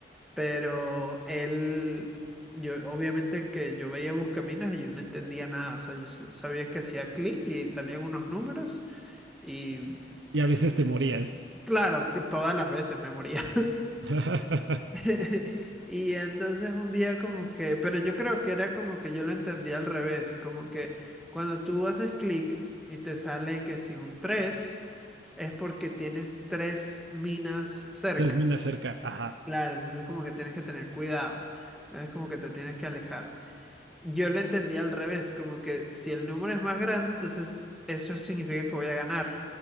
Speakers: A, in the centre; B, on the right.
A: Pero él, yo obviamente que yo veía Buscaminas y yo no entendía nada. O sea, yo s- sabía que hacía clic y salían unos números y
B: Y
A: s-
B: a veces te morías.
A: claro, que todas las veces me moría.
B: <laughs>
A: <laughs> Y entonces un día como que, pero yo creo que era como que yo lo entendía al revés, como que cuando tú haces clic y te sale que si un 3 es porque tienes tres minas cerca.
B: Termina cerca, ajá.
A: Claro, entonces es como que tienes que tener cuidado, es como que te tienes que alejar. Yo lo entendí al revés, como que si el número es más grande, entonces eso significa que voy a ganar.